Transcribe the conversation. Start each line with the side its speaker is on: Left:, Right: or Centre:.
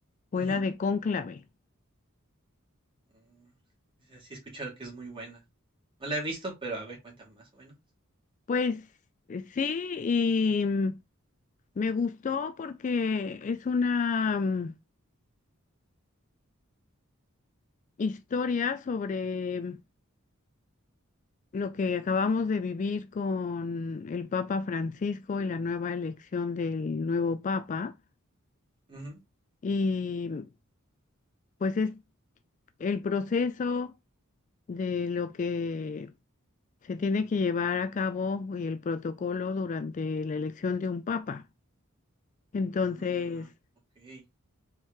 Left: fue
Right: Ujú.
Left: la de Cónclave.
Right: Mm, esa sí sí he escuchado que es muy buena. No la he visto, pero a ver, cuéntame más o menos.
Left: Pues eh, sí, y mm, me gustó porque es una mm, historia sobre mm, lo que acabamos de vivir con el Papa Francisco y la nueva elección del nuevo Papa.
Right: Ujú.
Left: Y mm, pues es el proceso de lo que se tiene que llevar a cabo el protocolo durante la elección de un papa. Entonces,
Right: Ah, okey.